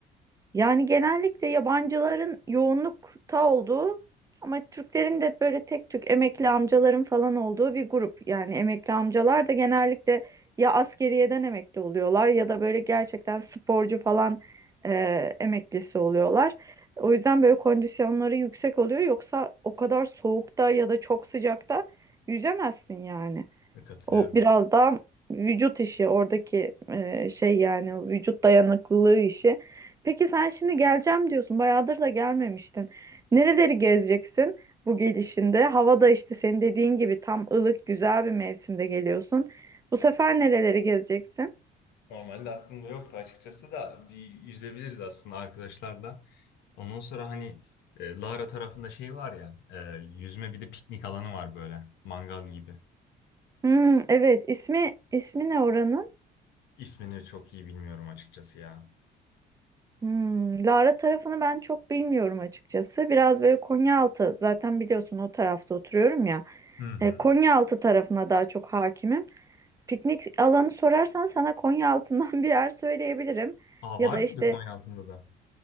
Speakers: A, on the right; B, on the left.
A: Yani genellikle yabancıların yoğunlukta olduğu ama Türklerin de böyle tek tük emekli amcaların falan olduğu bir grup. Yani emekli amcalar da genellikle ya askeriyeden emekli oluyorlar ya da böyle gerçekten sporcu falan e, emeklisi oluyorlar. O yüzden böyle kondisyonları yüksek oluyor. Yoksa o kadar soğukta ya da çok sıcakta yüzemezsin yani.
B: Katılıyorum.
A: O biraz daha vücut işi oradaki e, şey yani o vücut dayanıklılığı işi. Peki sen şimdi geleceğim diyorsun. Bayağıdır da gelmemiştin. Nereleri gezeceksin bu gelişinde? Havada işte senin dediğin gibi tam ılık güzel bir mevsimde geliyorsun. Bu sefer nereleri gezeceksin?
B: Normalde aklımda yoktu açıkçası da bir yüzebiliriz aslında arkadaşlar da. Ondan sonra hani e, Lara tarafında şey var ya, e, yüzme bir de piknik alanı var böyle, mangal gibi.
A: Hmm, evet ismi ismi ne oranın?
B: İsmini çok iyi bilmiyorum açıkçası ya.
A: Hmm, Lara tarafını ben çok bilmiyorum açıkçası. Biraz böyle Konyaaltı zaten biliyorsun o tarafta oturuyorum ya.
B: Hı hı.
A: E, Konyaaltı tarafına daha çok hakimim. Piknik alanı sorarsan sana Konya altından <laughs> bir yer söyleyebilirim.
B: Aa
A: Ya
B: var
A: da
B: mıydı
A: işte
B: Konya altında da?